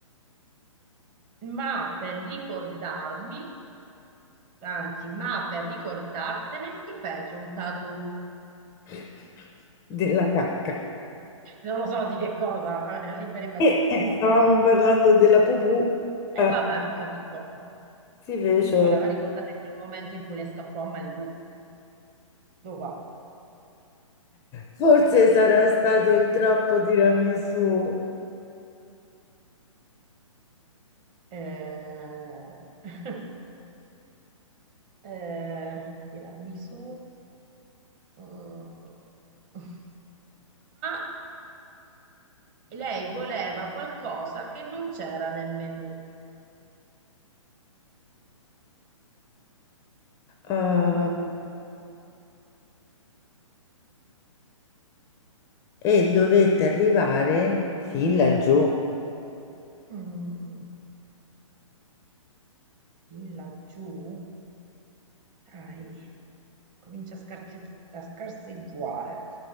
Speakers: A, on the right; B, on the left.
A: ma per ricordarmi, anzi, ma per ricordarsene si fece un tattoo.
B: <laughs> della cacca.
A: Non lo so di che cosa, eh, libera immaginazione,
B: E e stavamo
A: insomma.
B: parlando della pupù, eh,
A: E vabbè, ho capito.
B: si fece.
A: Si voleva
B: un-
A: ricordare quel momento in cui le scappò a Malibu. Dopo.
B: Forse sarà stato il troppo tiramisù.
A: Eh... <laughs> eh, tiramisù. Mm. <laughs> Ma lei voleva qualcosa che non c'era nel menù.
B: eh,
A: Mm,
B: e dovette arrivare fin laggiù.
A: mm. mm. Fin laggiù, dai, comincia a, scarge- a scarseggiare.